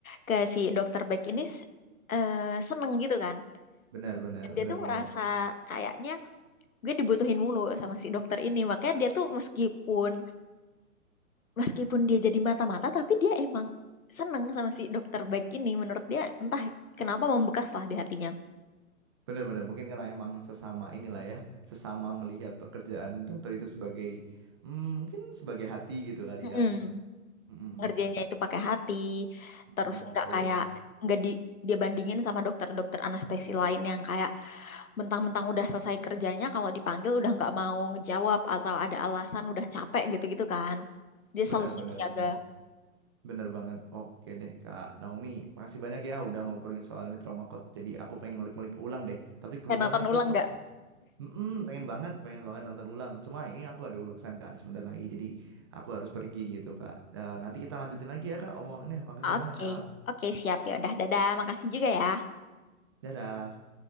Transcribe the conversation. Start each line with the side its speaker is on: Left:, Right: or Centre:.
Left: ke si dokter Beck ini eh, seneng gitu kan
Right: Benar benar
Left: dan dia
Right: benar
Left: tuh merasa
Right: banget.
Left: kayaknya gue dibutuhin mulu sama si dokter ini makanya dia tuh meskipun meskipun dia jadi mata-mata tapi dia emang seneng sama si dokter baik ini menurut dia entah kenapa membekas lah di hatinya
Right: Benar-benar mungkin karena emang sesama inilah ya, sesama melihat pekerjaan dokter itu sebagai mm, mungkin sebagai hati gitu kali
Left: Mm-mm.
Right: ya. Mm-mm.
Left: ngerjainnya itu pakai hati
Right: Mm-mm,
Left: terus nggak
Right: betul.
Left: kayak nggak di dia bandingin sama dokter-dokter anestesi lain yang kayak mentang-mentang udah selesai kerjanya kalau dipanggil udah nggak mau ngejawab atau ada alasan udah capek gitu-gitu kan dia selalu
Right: Benar-benar
Left: siap siaga
Right: benar. Benar benar. Benar banget. Oke deh Kak Naomi, makasih banyak ya udah ngobrolin soal ini trauma code. Jadi aku pengen ngulik-ngulik ulang deh. Tapi kebetulan
Left: Eh, nonton
Right: ini
Left: ulang
Right: Ki, aku
Left: nggak
Right: Mm-mm, pengen banget, pengen banget nonton ulang. Cuma ini aku ada urusan kan sebentar lagi. Jadi aku harus pergi gitu Kak. Eh, nanti kita lanjutin lagi ya Kak omongannya. Makasih
Left: oke
Right: banyak Kak.
Left: oke siap ya udah dadah makasih juga ya
Right: Dadah.